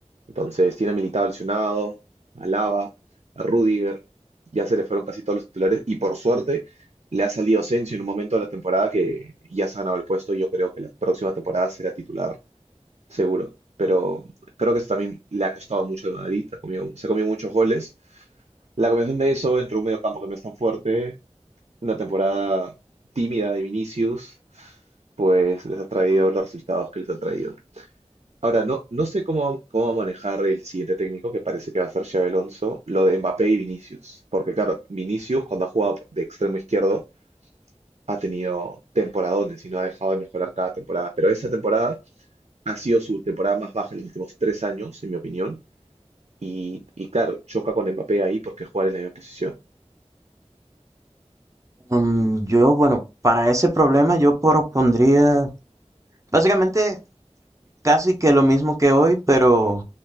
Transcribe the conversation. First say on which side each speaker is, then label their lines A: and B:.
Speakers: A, on the right (about 65°); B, on the right (about 25°).
A: Entonces tiene a Militao lesionado, a Alaba, a Rudiger, ya se le fueron casi todos los titulares y por suerte le ha salido Asensio en un momento de la temporada que ya se ha ganado el puesto y yo creo que la próxima temporada será titular seguro. Pero creo que eso también le ha costado mucho de Madrid, ha comido- se ha comido muchos goles. La combinación de eso entre un medio campo que no es tan fuerte, una temporada tímida de Vinicius, pues les ha traído los resultados que les ha traído. Ahora, no, no sé cómo, cómo va a manejar el siguiente técnico, que parece que va a ser Xabi Alonso, lo de Mbappé y Vinicius. Porque claro, Vinicius cuando ha jugado de extremo izquierdo ha tenido temporadones y no ha dejado de mejorar cada temporada. Pero esa temporada ha sido su temporada más baja en los últimos tres años, en mi opinión. Y, y claro, choca con Mbappé ahí porque jugar en la misma posición.
B: Mm, yo, bueno, para ese problema yo propondría básicamente casi que lo mismo que hoy, pero